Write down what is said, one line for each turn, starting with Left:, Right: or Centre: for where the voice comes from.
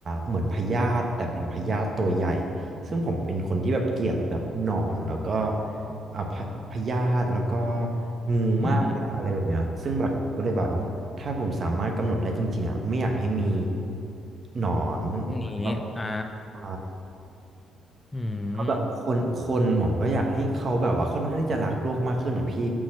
Right: เหมือนพยาธิแต่เป็นพยาธิตัวใหญ่ซึ่งผมเป็นคนที่แบบเกลียดแบบหนอนแล้วก็อ่าพะพยาธิแล้วก็งูมากเลยอะอะไรแบบเนี้ยซึ่งแบบผมก็เลยแบบว่าถ้าผมสามารถกำหนดได้จริงๆอ่ะไม่อยากให้มี
Left: อืม
Right: หนอน
Left: พรุ่งนี้อ่า
Right: ครไบ
Left: อืม
Right: ก็แบบคนคนผมก็อยากให้เขาแบบว่าค่อนข้างที่จะรักโลกมากขึ้นอ่ะพี่